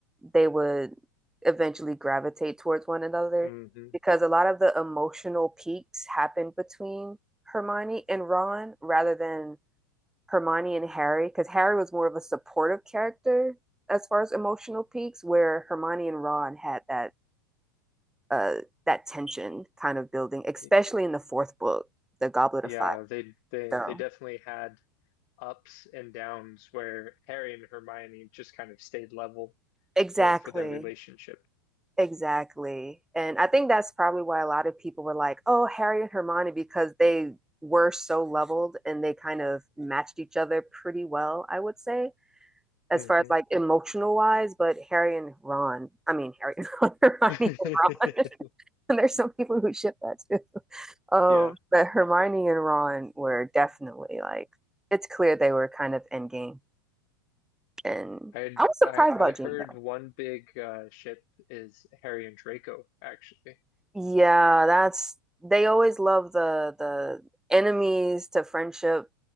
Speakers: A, in the centre; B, on the left (about 55°).
A: they would eventually gravitate towards one another
B: hmm
A: because a lot of the emotional peaks happened between Hermione and Ron rather than Hermione and Harry because Harry was more of a supportive character as far as emotional peaks where Hermione and Ron had that uh that tension kind of building especially
B: <laughs>
A: in the fourth book the Goblet
B: Yeah,
A: of Fire
B: they they
A: so
B: they definitely had ups and downs where Harry and Hermione just kind of stayed level
A: exactly
B: for for their relationship.
A: Exactly. And I think that's probably why a lot of people were like, oh, Harry and Hermione, because they were so leveled and they kind of matched each other pretty well, I would say, as
B: hmm
A: far as like emotional wise. But Harry and Ron, I mean, Harry and Ron, <laughs> Hermione
B: <laughs>
A: and Ron, <laughs> and there's some people who ship that too. Um,
B: Yeah.
A: but Hermione and Ron were definitely like, it's clear they were kind of endgame. And
B: I
A: I was surprised
B: I
A: about
B: I heard
A: Jane, though.
B: one big uh, ship is Harry and Draco, actually.
A: Yeah, that's they always love the the enemies to friendship